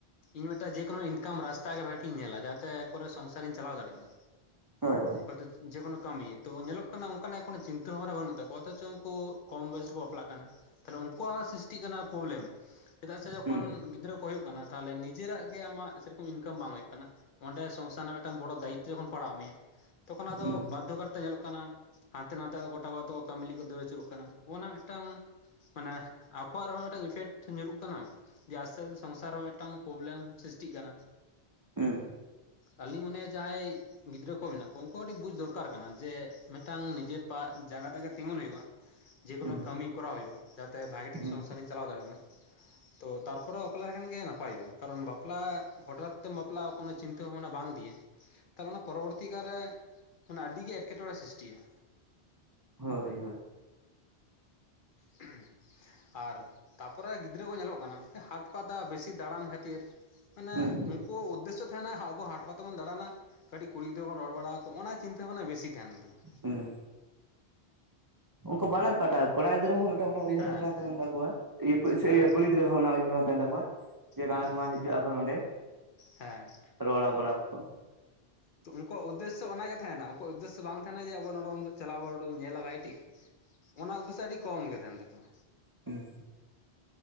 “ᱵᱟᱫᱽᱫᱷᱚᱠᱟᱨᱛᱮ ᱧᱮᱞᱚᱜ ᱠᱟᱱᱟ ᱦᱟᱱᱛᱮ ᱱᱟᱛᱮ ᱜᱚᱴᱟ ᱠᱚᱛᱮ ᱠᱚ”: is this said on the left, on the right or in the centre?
Left